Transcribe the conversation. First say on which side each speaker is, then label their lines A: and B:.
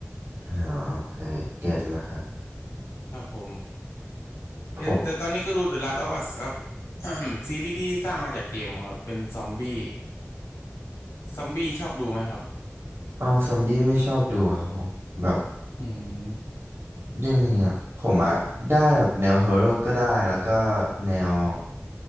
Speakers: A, on the right; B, on the left.
A: อ่าโอเคเก็ตแล้วครับ
B: ครับผมแต่แต่ตอนนี้ก็ดู
A: ผม
B: The Last of Us ครับ <coughs> ซีรีส์ที่สร้างมาจากเกมครับเป็นซอมบี้ซอมบี้ชอบดูไหมครับ
A: เออซอมบี้ไม่ชอบดูครับผมแบบ
B: อืม
A: ยังไงอ่ะผมอ่ะได้แบบแนวฮอร์เรก็ได้แล้วก็แนว